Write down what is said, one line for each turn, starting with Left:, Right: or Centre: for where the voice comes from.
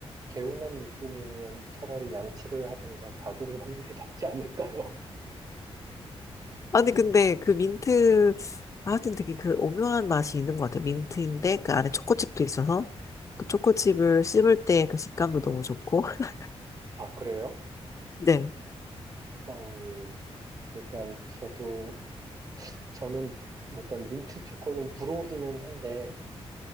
Right: 개운한 느낌이면 차라리 양치를 하든가 가글을 하는 게 낫지 않을까요?
Left: 아니, 근데 그 민트, 아, 하여튼 되게 그 오묘한 맛이 있는 것 같아요. 민트인데 그 안에 초코칩도 있어서 그 초코칩을 씹을 때 그 식감도 너무 좋고. <laughs>
Right: <laughs> 아, 그래요?
Left: 네,
Right: 어, 일단 저도, 저는 일단 민트 초코는 불호기는 한데,